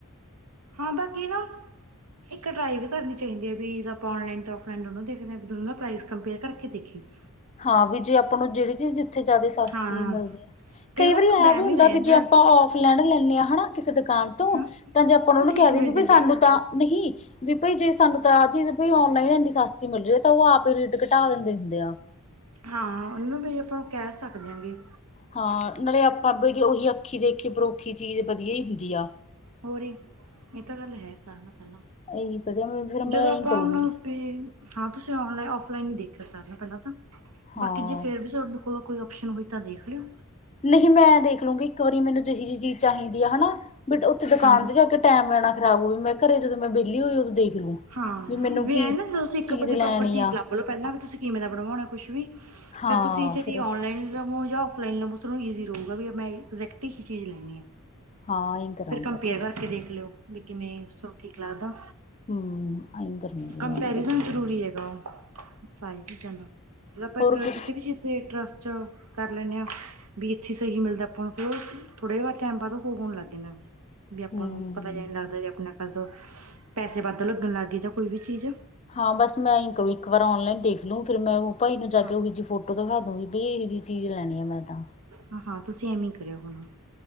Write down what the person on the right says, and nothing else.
ਹਾਂ ਬਾਕੀ ਨਾ ਇੱਕ ਟ੍ਰਾਈ ਵੀ ਕਰਨੀ ਚਈਂਦੀ ਆ ਵੀ, ਆਪਾਂ ਔਨ਼ਲਾਈਨ਼ ਤੇ ਔਫਲਾਈਨ਼ ਦੋਨੋਂ ਦੇਖਦੇ ਆਂ ਵੀ ਦੋਨੋਂ ਪ੍ਰਾਈਜ਼ ਕੰਪੇਅਰ ਕਰਕੇ ਦੇਖੇ <inaudible>
ਹਾਂ
ਵਾਰ
ਆਪਾਂ ਨੂੰ
ਵਹਿਮ
ਹੀ ਰਹਿ
ਜਾਂਦਾ
ਹੂੰ।
ਉਹ
ਠੀਕ
ਮਿਲ ਜਾਂਦੇ
ਆ।
ਹਾਂ, ਓਨੂੰ ਬੀ ਆਪਾਂ ਨੂੰ ਕੈ ਸਕਦੇ ਆ ਬੀ।
ਹੋਰ ਇੱਕ, ਏ ਤਾਂ ਗਾੱਲ ਹੈ ਸਾਰੇਆ ਨੋ ਪੈਲਾਂ।
ਜਦੋਂ
ਆਪਾਂ
ਹੁਣ ਬੀ ਹਾਂ ਤੁਸੀਂ ਔਨ਼ਲਾਈਨ਼ ਔਫਲਾਈਨ਼ ਈ ਦੇਖ ਸਾਕਦੇ ਓ ਪੈਲਾਂ ਤਾਂ,
ਬਾਕੀ ਜੇ ਫੇਰ ਵੀ <unintelligible> ਕੋਲੋਂ ਕੋਈ ਓਪਸ਼ਨ ਹੋਈ ਤਾਂ ਦੇਖ ਲੇਓ।
ਹਾਂ।
ਹਾਂ,
ਵੀ
ਐ ਨਾ ਜਦੋ ਤੁਸੀਂ ਇੱਕ
ਪਜ
ਪ੍ਰੋਪਰ ਚੀਜ਼
ਲੱ ਮਲਬ ਪੈਲਾਂ ਵੀ ਤੁਸੀਂ ਕਿਵੇਂ ਦਾ ਬਣਵਾਓਣਾ ਕੁਛ ਵੀ,
ਫੇਰ ਤੁਸੀਂ ਛੇਤੀ
ਔਨ਼ਲਾਈਨ ਲਵੋ ਜਾਂ ਔਫਲਾਈਨ ਲਵੋਂ ਤੁਹਾਨੂੰ ਈਜ਼ੀ ਰਹੂਗਾ ਵੀ ਮੈਂ ਐਜੈਕਟ ਹੀ ਚੀਜ਼ ਲੈਣੀ ਆ।
ਫਿਰ ਕੰਪੇਅਰ
ਕਰਕੇ ਦੇਖ ਲਿਓ ਵੀ ਕਿਵੇਂ ਸ ਠੀਕ ਲੱਗਦਾ।
ਕੰਪੈਰੀਜ਼ਨ
ਜ਼ਰੂਰੀ ਹੈਗਾ ਸਾਰੀ ਚੀਜ਼ਾਂ ਦਾ ਜਦੋਂ ਆਪਾਂ
ਕਿਸੇ ਵੀ ਚੀਜ਼ ਤੇ ਟਰਸਟ ਜਹਾ ਕਰ ਲੇਨੇ ਹਾਂ। ਵੀ ਇੱਥੇ ਸਹੀ ਮਿਲਦਾ ਆਪਾਂ ਨੂੰ ਫਿਰ ਥੋੜੇ ਵਾਰ ਟਾਈਮ ਬਾਅਦ ਹੋਣ ਲੱਗ ਜਾਂਦਾ। ਵੀ ਆਪਾਂ
ਨੂੰ
ਪਤਾ ਜੇਹਾ ਨਹੀ ਲੱਗਦਾ ਵੀ ਆਪਣਾ ਕਦੋਂ ਪੈਸੇ ਵੱਧ ਲੱਗਣ ਲੱਗ ਗਏ ਜਾਂ ਕੋਈ ਵੀ ਚੀਜ਼।
ਹਾਂ
ਹਾਂ-ਹਾਂ ਤੁਸੀਂ ਐਵੇ ਹੀ ਕਰਿਓ ਹੁਣ।